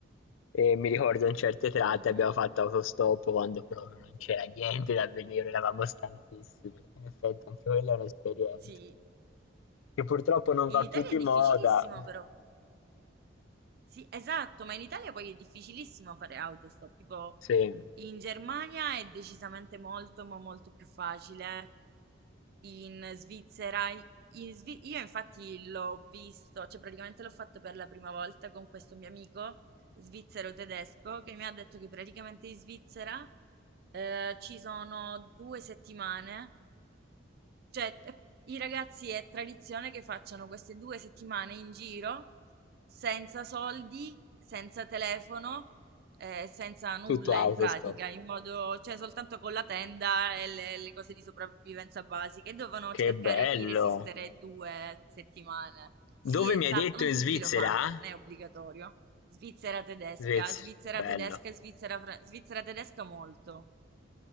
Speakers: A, on the left; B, on the right.
A: e mi ricordo in certe tratte
B: Mhm,
A: abbiamo fatto autostop quando proprio non c'era niente da vedere, eravamo stanchissimi. In effetti anche quella è un'esperienza
B: Sì,
A: che purtroppo non
B: in
A: va più
B: Italia
A: di
B: è difficilissimo
A: moda.
B: però. Sì, esatto, ma in Italia poi è difficilissimo fare autostop. Tipo,
A: Sì,
B: In Germania è decisamente molto, ma molto più facile. In Svizzera, in Svi- io infatti l'ho visto, cioè praticamente l'ho fatto per la prima volta con questo mio amico svizzero tedesco che mi ha detto che praticamente in Svizzera eh, ci sono due settimane cioè, eh, i ragazzi è tradizione che facciano queste due settimane in giro senza soldi, senza telefono, eh, senza nulla
A: tutto autostop.
B: in pratica, in modo, cioè soltanto con la tenda e le, le cose di sopravvivenza basiche. Dovevano
A: Che
B: cercare
A: bello!
B: di resistere due settimane. Sì,
A: Dove
B: esatto,
A: mi hai detto?
B: non
A: In
B: tutti
A: Svizzera?
B: lo fanno, non è obbligatorio. Svizzera tedesca,
A: Svizzera,
B: Svizzera
A: bello,
B: tedesca, Svizzera, fra- Svizzera tedesca molto.